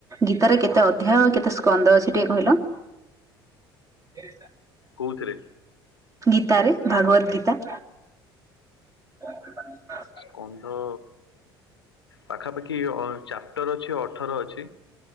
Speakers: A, on the right; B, on the left.
A: ଗୀତା ରେ କେତେ ଅଧ୍ୟାୟ କେତେ ସ୍କନ୍ଦ ଅଛି ଟିକେ କହିଲ? ଦି ଟା।
B: କୋଉଥିରେ?
A: ଗୀତ ରେ ଭାଗବତ ଗୀତା। <unintelligible>
B: କନ୍ଧ ପାଖାପାଖି ଅ ଚାପ୍ଟର ଅଛି ଅ ଅଠର ଅଛି